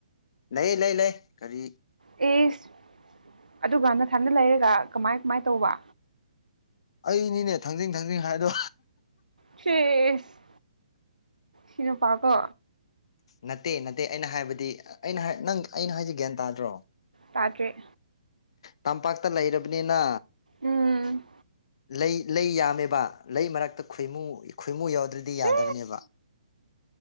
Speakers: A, on the left (about 45°); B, on the right (about 85°).
A: ꯂꯩ ꯂꯩ ꯂꯩ ꯀꯔꯤ
B: ꯑꯦꯁ ꯑꯗꯨꯒ ꯅꯊꯟꯗ ꯂꯩꯔꯒ ꯀꯃꯥꯏ ꯀꯃꯥꯏꯅ ꯇꯧꯕ
A: ꯑꯩꯅꯤꯅꯦ ꯊꯥꯡꯖꯤꯡ ꯊꯥꯡꯖꯤꯡ ꯍꯥꯏꯗꯣ
B: ꯇꯔꯤꯁ ꯁꯤꯅꯄꯥꯒꯣ
A: ꯅꯠꯇꯦ ꯅꯠꯇꯦ ꯑꯩꯅ ꯍꯥꯏꯕꯗꯤ ꯑꯩꯅ ꯅꯪ ꯑꯩꯅ ꯍꯥꯏꯖꯒ꯭ꯌꯥꯟ ꯇꯥꯗ꯭ꯔꯣ
B: ꯇꯥꯗ꯭ꯔꯦ
A: ꯇꯝꯄꯥꯛꯇ ꯂꯩꯔꯕꯅꯤꯅ
B: ꯎꯝ
A: ꯂꯩ ꯂꯩ ꯌꯥꯝꯃꯦꯕ ꯂꯩ ꯃꯔꯛꯇ ꯈꯣꯏꯃꯨ ꯈꯣꯏꯃꯨ ꯌꯥꯎꯗ꯭ꯔꯗꯤ
B: ꯁꯤ
A: ꯌꯥꯗꯕꯅꯦꯕ